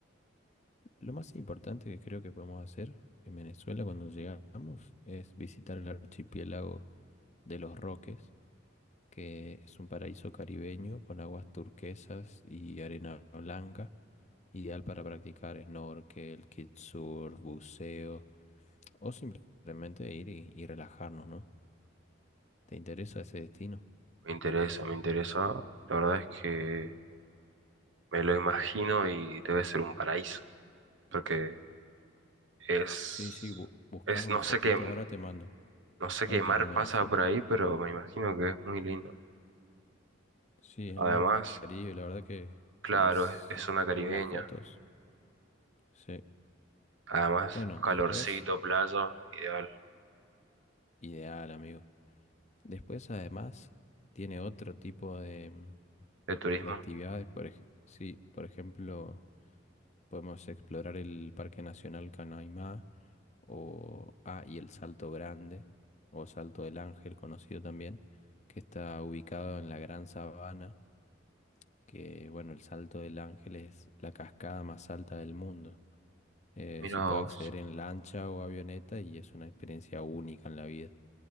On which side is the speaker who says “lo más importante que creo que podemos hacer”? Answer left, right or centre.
Left